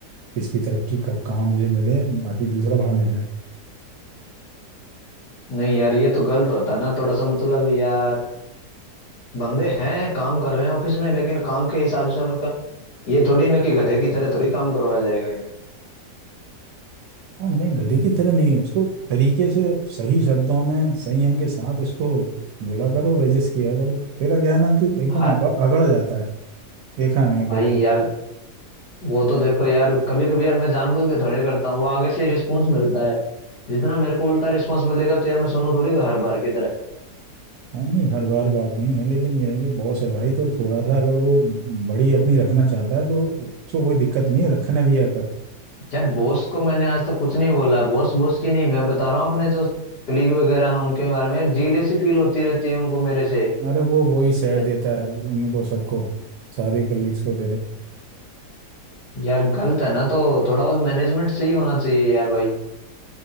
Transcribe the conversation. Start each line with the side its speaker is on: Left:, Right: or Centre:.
Right: किसकी तरक्की कब कहाँ मुझे मिले बाकी दूसरा बड़ा मिल जाए
Left: नहीं यार ये तो गलत होता है ना थोड़ा सा मतलब यार बंदे हैं काम कर रहे हैं ऑफिस में लेकिन काम के हिसाब से उनका ये थोड़ी ना कि गधे की तरह थोड़ी काम करवाया जाएगा यार
Right: हाँ नहीं गधे की तरह नहीं उसको तरीके से सही शब्दों में संयम के साथ उसको बोला करो रजिस्ट किया करो तेरा क्या है ना तू एकदम
Left: हा-
Right: अग- अगड़ जाता है देखा है मैंने
Left: भाई
Right: कई बार
Left: यार वो तो देखो यार कभी कभी यार मैं जानबूझ के थोड़ी करता हूँ वो आगे से रिस्पॉन्स मिलता है जितना मेरे को उल्टा रिस्पॉन्स मिलेगा तो यार मैं सुनू थोड़ी हर बार की तरह
Right: हाँ नहीं हर बार बात नहीं है लेकिन यह है कि बॉस है भाई तो थोड़ा सा अगर वो बड़ी अपनी रखना चाहता है तो उसको कोई दिक्कत नहीं है रखने दिया कर
Left: यार बॉस को मैंने आज तक कुछ नहीं बोला बॉस बॉस की नहीं मैं बता रहा हूँ अपने जो कलीग वगैरह हैं उनके बारे में यार जीलेसी फील होती रहती है उनको मेरे से
Right: अरे वो वही सह
Left: यार
Right: देता है उनको सबको सारे कलीग्स को तेरे
Left: यार गलत है ना तो थोड़ा बहुत मैनेजमेंट सही होना चाहिए यार भाई